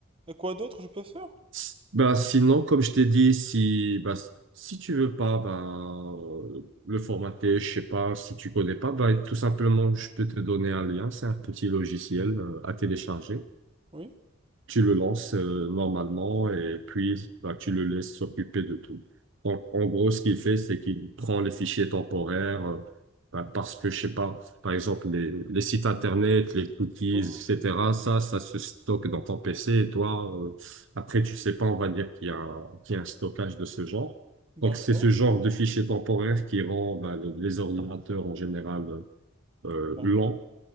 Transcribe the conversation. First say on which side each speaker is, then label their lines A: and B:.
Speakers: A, on the right; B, on the right.
A: Et quoi d'autre je peux faire?
B: S- Bah, sinon, comme je t'ai dit, si bah, s- si tu veux pas bah, euh, le formater, je sais pas, si tu connais pas, bah, tout simplement, je peux te donner un lien. C'est un petit logiciel euh, à télécharger.
A: Oui,
B: tu le lances euh, normalement et puis bah, tu le laisses s'occuper de tout. En, en gros, ce qu'il fait, c'est qu'il prend les fichiers temporaires euh, bah, parce que, je sais pas, par exemple, les, les sites internet, les cookies,
A: oui,
B: etc.,
A: oui.
B: ça, ça se stocke dans ton PC et toi, euh, après, tu sais pas, on va dire qu'il y a, un- qu'il y a un stockage de ce genre. Donc,
A: D'accord,
B: c'est ce genre de fichiers temporaires qui rend bah, le- les ordinateurs en général euh,
A: d'accord.
B: lents